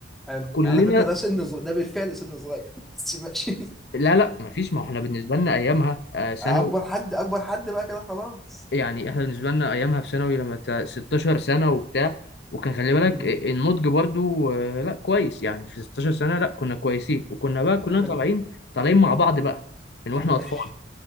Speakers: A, in the centre; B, on the left.
A: حلو
B: كلنا
A: على فكره ده سن صغير ده بالفعل سن صغير <laughs> بس ماشي
B: لا لا مفيش ما هو احنا بالنسبة لنا أيامها آه، ثانوي
A: اكبر حد اكبر حد بقى كده خلاص
B: يعني احنا بالنسبة لنا أيامها في ثانوي لما ت- 16 سنة وبتاع وكان خلي
A: امم
B: بالك آه، النضج برضو آه، لا كويس يعني في 16 سنة لا كنا كويسين وكنا بقى كلنا
A: حلو
B: طالعين طالعين مع بعض بقى من واحنا
A: ماشي
B: أطفال